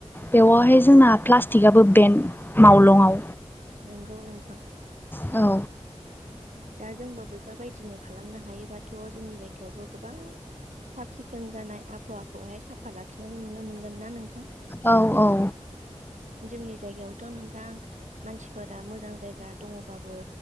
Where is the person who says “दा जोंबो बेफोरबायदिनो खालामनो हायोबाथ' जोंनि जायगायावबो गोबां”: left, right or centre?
Right